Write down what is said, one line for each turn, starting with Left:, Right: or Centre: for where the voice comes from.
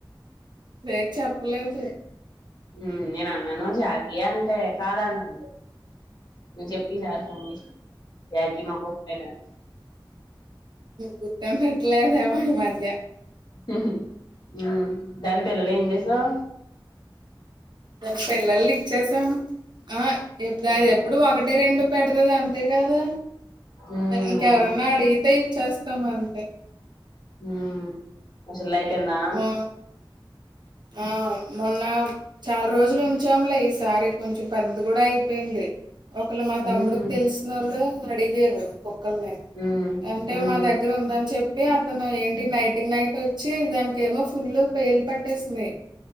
Right: పేరు చెప్పలేదు
Left: ఉమ్ నేను అన్నను జాకి య అంటే కాదు అంటుంది నువ్ చెప్పి సార్ కి మమ్మీ జాకి మా కుక్క పేరు అని
Right: గుర్తుఎం పెట్లేదు ఏమో ఈ మధ్య
Left: ఉహు ఉ దాని పిల్లలు ఏం చేసావు
Right: దాని పిల్లలని ఇచ్చేసాం ఆ
Left: ఇచ్చేసావా
Right: దాని ఎప్పుడు ఒకటి ఒకటి రెండు పెడతది అంతే కదా
Left: ఉమ్
Right: ఇంకెవరన్నా
Left: అవును
Right: అడిగితే ఇచ్చేస్త అంతే
Left: ఉమ్ ముసలిది అయిపోయిందా
Right: ఆ ఆ మొన్న చాలా రోజులు ఉంచాములే ఈసారి కొంచెం పెద్దది కూడా అయిపోయింది ఒకళ్ళు మా తమ్ముడికి
Left: ఉహు
Right: తెలిసిన వాళ్ళు అడిగారు కుక్కల్ని
Left: ఉమ్
Right: అంటే
Left: ఉమ్
Right: మా దగ్గర ఉందని చెప్పి చెప్పి అతను ఏంటి నైట్కి నైట్ వచ్చి దానికి ఏమో ఫుల్ పేలు పట్టేసినాయి